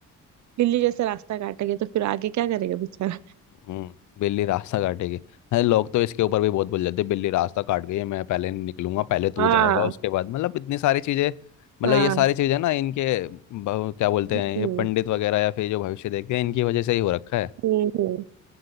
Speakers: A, on the right; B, on the left.
A: लिली जैसे रास्ता काटेंगे तो फिर आगे क्या करेगा बेचारा
B: हम्म बिल्ली रास्ता काटेगी अरे लोग तो इसके ऊपर भी बहुत बोल जाते हैं, बिल्ली रास्ता काट गई है मैं पहले नहीं निकलूंगा पहले तू
A: हाँ
B: जाएगा उसके बाद मतलब इतनी सारी चीजें मतलब
A: हाँ
B: ये सारी चीजें ना इनके ब- क्या बोलते
A: हम्म
B: हैं ये पंडित वगैरह या फिर जो भविष्य देखते हैं इनकी वजह से ही हो रखा है
A: हम्म हम्म,